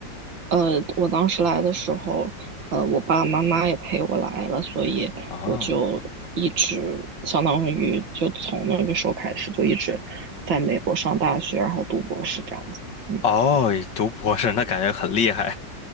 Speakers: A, on the right (about 90°); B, on the left (about 70°).
A: 呃，我当时来的时候，呃，我爸爸妈妈也陪我来了，所以我就一直相当于就从那个时候开始就一直在美国上大学，
B: 哦
A: 然后读博士这样子。嗯。
B: 哦，读博士那感觉很厉害。